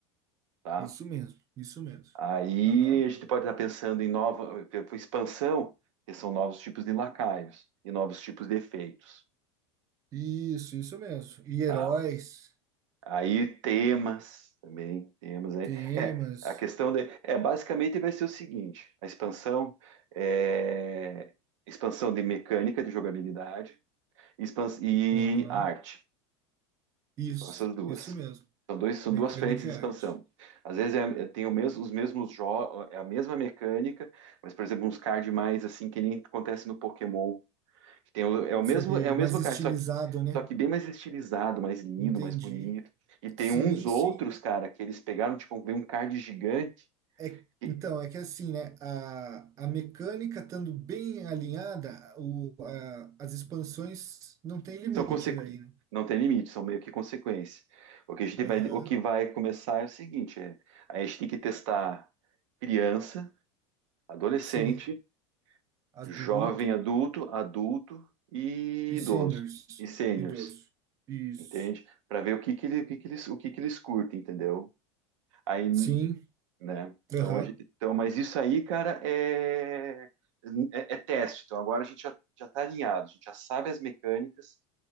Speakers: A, on the right; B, on the right.
A: tá?
B: Isso mesmo, isso mesmo.
A: Aí
B: Aham.
A: a gente pode estar pensando em nova expansão, que são novos tipos de lacaios e novos tipos de efeitos,
B: Isso, isso mesmo. E heróis,
A: tá? Aí temas também, temas aí.
B: temas.
A: É, a questão de, é basicamente vai ser o seguinte: a expansão é expansão de mecânica de jogabilidade expans- e
B: Aham.
A: arte.
B: Isso,
A: São essas duas.
B: isso mesmo.
A: São dois, são
B: Mecânica
A: duas frentes de
B: e
A: expansão.
B: arte.
A: Às vezes é, é- tem o mesmo, os mesmos jogos, é a mesma mecânica, mas, por exemplo, uns cards mais assim, que nem acontece no Pokémon. que tem o- é o mesmo,
B: Isso aí,
A: é o mesmo
B: mais estilizado,
A: card, só que,
B: né?
A: só que bem mais estilizado, mais lindo,
B: Entendi.
A: mais bonito. E tem
B: Sim,
A: uns outros,
B: sim.
A: cara, que eles pegaram, tipo, vem um card gigante,
B: É,
A: que
B: então, é que assim, né? A, a mecânica estando bem alinhada, o, a- as expansões não tem limite
A: são consequ...
B: daí, né?
A: não tem limite, são meio que consequência. O que a gente
B: Aham.
A: vai, o que vai começar é o seguinte, é, a gente tem que testar criança, adolescente
B: Sim. Adulto
A: jovem adulto, adulto e
B: e
A: idoso
B: seniors.
A: e seniors,
B: Idoso. Isso.
A: entende? Para ver o que que ele, o que que eles, o que que eles curtem, entendeu? Aí,
B: Sim.
A: né?
B: Aham.
A: Então a gente, então, mas isso aí, cara, é é, é teste. Então agora a gente já já está alinhado, a gente já sabe as mecânicas.